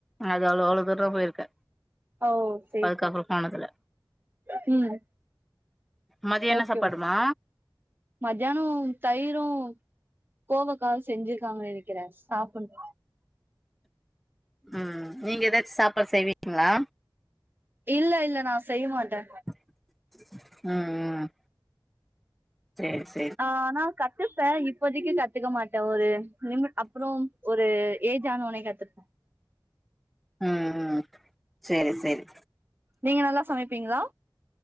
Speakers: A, in the centre; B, on the right.
A: அது‌அவ்ளோ அவ்ளோ தூர போயிருக்க
B: ஓ சேரி
A: அதுக்கப்புறோ போனதுல
B: ஹம்
A: மதியோ என்ன
B: ஓகே
A: சாப்பாடுமா
B: ஓகே மத்தியான தயிரு கோவக்க செஞ்சிருக்காங்கனு நெனக்கிறே சாப்பனு
A: ம் நீங்க ஏதாச்சு சாப்பாடு செய்வீங்களா
B: இல்ல இல்ல நா செய்ய மாட்டே
A: ம் ம் சேரி சே
B: ஆ நா கட் இல்லத்த இப்போதைக்கு கத்துக்க மாட்டே ஒரு லிமிட் அப்பறோ ஒரு ஏஜ் ஆன உனே கத்துப்பே
A: ஆ ஆ சேரி சேரி
B: நீங்க நல்லா சமப்பீங்களா